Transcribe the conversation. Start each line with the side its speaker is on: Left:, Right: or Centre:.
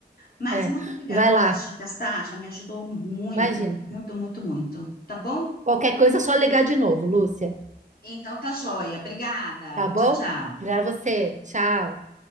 Left: Mas
Right: É,
Left: muito obrigada
Right: vai
Left: pelas
Right: lá,
Left: dicas, tá? Já me ajudou muito,
Right: imagina.
Left: muito, muito, muito. Tá bom?
Right: Qualquer coisa é só ligar de novo, Lúcia.
Left: Então tá joia. Obrigada.
Right: Tá bom?
Left: Tchau, tchau.
Right: Obrigada a você. Tchau.